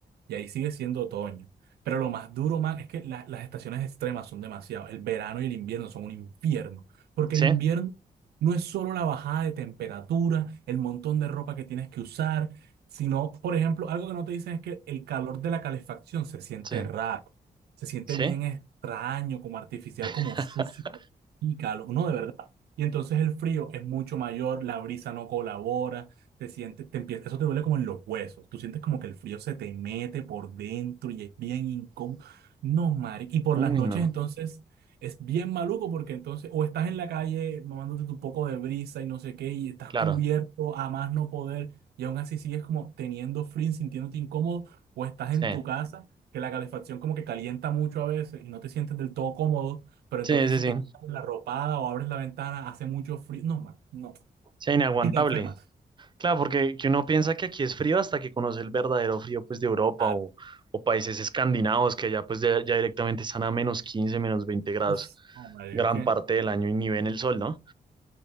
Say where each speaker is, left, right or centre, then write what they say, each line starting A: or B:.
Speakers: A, on the right; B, on the right.
A: y ahí sigue siendo otoño. Pero lo más duro, man, es que la- las estaciones extremas son demasiado. El verano y el invierno son un infierno, porque
B: sí,
A: el invierno no es solo la bajada de temperatura, el montón de ropa que tienes que usar, sino, por ejemplo, algo que no te dicen es que el calor de la calefacción se siente
B: sí,
A: raro, se siente
B: sí.
A: bien extraño, como artificial,
B: <laughs>
A: como sucio, y calor. No, de verdad. Y entonces el frío es mucho mayor, la brisa no colabora, te sientes, te empieza, eso te duele como en los huesos. Tú sientes como que el frío se te mete por dentro y es bien incómodo. No, Mari. Y por
B: Uy,
A: las noches
B: no.
A: entonces es bien maluco porque entonces o estás en la calle mamándote tu poco de brisa y no sé qué y estás
B: Claro.
A: cubierto a más no poder y aún así sigues como teniendo frío, y sintiéndote incómodo o estás
B: Sí,
A: en tu casa que la calefacción como que calienta mucho a veces y no te sientes del todo cómodo, pero
B: sí,
A: entonces
B: sí,
A: si
B: sí.
A: te la ropada o abres la ventana, hace mucho frío. No, man, no.
B: Sí, inaguantable.
A: Y te enfermas.
B: Claro, porque que uno piensa que aquí es frío hasta que conoce el verdadero frío pues de Europa
A: Ah,
B: o, o países escandinavos que allá pues de- ya directamente están a menos 15, menos 20 grados
A: uf, no, madre,
B: gran
A: es que.
B: parte del año y ni ven el sol, ¿no?